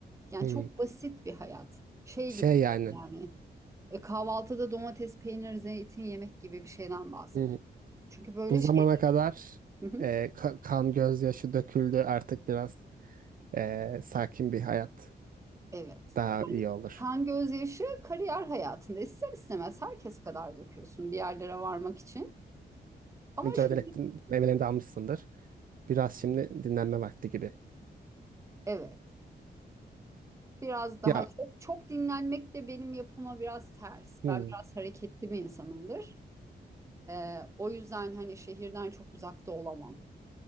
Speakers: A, on the right (about 15°); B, on the right (about 55°).
A: Yani
B: Hı.
A: çok basit bir hayat. Şey
B: Şey
A: gibi
B: yani
A: yani e, kahvaltıda domates, peynir, zeytin yemek gibi bir şeyden bahsediyorum.
B: hı,
A: Çünkü böyle
B: bu zamana
A: şey.
B: kadar
A: Hı hı.
B: e, ka- kan gözyaşı döküldü artık biraz e, sakin bir hayat
A: Evet.
B: daha iyi olur.
A: Kan gözyaşı kariyer hayatında ister istemez herkes kadar döküyorsun bir yerlere varmak için. Ama
B: Mücadele
A: şimdi
B: ettin, meyvelerini de almışsındır. Biraz şimdi dinlenme vakti gibi.
A: evet biraz daha
B: Ya,
A: çok, çok dinlenmek de benim yapıma biraz ters.
B: Hı.
A: Ben biraz hareketli bir insanımdır. Ee, o yüzden hani şehirden çok uzakta olamam.